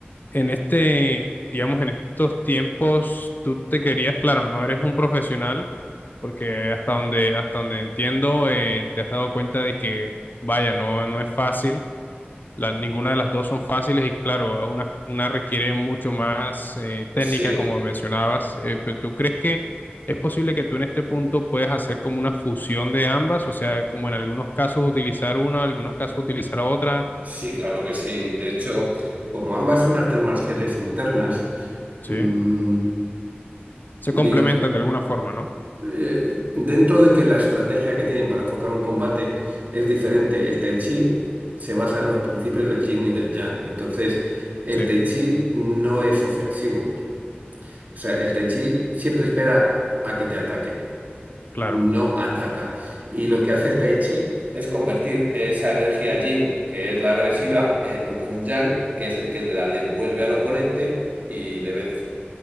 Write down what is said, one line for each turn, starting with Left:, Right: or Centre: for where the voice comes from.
Left: en este, digamos, en estos tiempos, tú te querías, claro, no eres un profesional, porque hasta donde, hasta donde entiendo, eh, te has dado cuenta de que, vaya, no, no es fácil la- ninguna de las dos son fáciles y claro, a una, una requiere mucho más eh, técnica,
Right: Sí.
Left: como mencionabas, eh, pero ¿tú crees que es posible que tú en este punto puedas hacer como una fusión de ambas? O sea, como en algunos casos utilizar una, en algunos casos utilizar otra,
Right: Sí, claro que sí. De hecho, como ambas son artes marciales internas,
Left: ¿sí?
Right: mm,
Left: Se complementan
Right: diga-
Left: de alguna forma, ¿no?
Right: eh, dentro de que la estrategia que tienen para enfocar un combate es diferente, el Tai Chi se basa en los principios del Yin y del Yang. Entonces, el
Left: Sí,
Right: Tai Chi no es ofensivo. O sea, el Tai Chi siempre espera a que te ataquen.
Left: claro,
Right: no ataca. Y lo que hace el tai chi es convertir esa energía yin, que es la agresiva, en un yang, que es el que la devuelve al oponente y le vence.